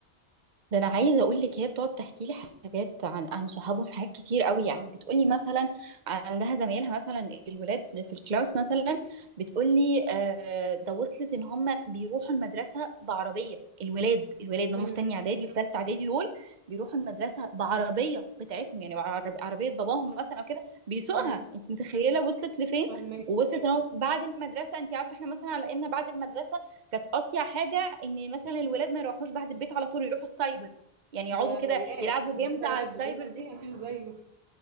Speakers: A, on the right; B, on the right.
A: ده انا عايزه اقول لك هي بتقعد تحكي لي حاجات عن عن صحابهم حاجات كتير قوي يعني بتقولي مثلا عندها زمايلها مثلا الولاد في الكلاس مثلا بتقولي آه، ده وصلت ان هم بيروحوا المدرسه بعربيه الولاد الولاد اللي
B: امم
A: هم في تانية اعدادي وثالثه اعدادي دول بيروحوا المدرسه بعربيه بتاعتهم يعني بعرب- عربيه باباهم مثلا او كده بيسوقها
B: امم
A: انت متخيله وصلت لفين
B: فاهمك
A: ووصلت ان هو بعد المدرسه انت عارفه احنا مثلا على ان بعد المدرسه كانت اصيع حاجه ان مثلا الولاد ما يروحوش بعد البيت على طول يروحوا السايبر يعني
B: ده
A: يقعدوا كده
B: ياه
A: يلعبوا
B: ده
A: جيمز
B: كده
A: على
B: ولد
A: السايبر
B: بصي
A: دي
B: مفيش زيه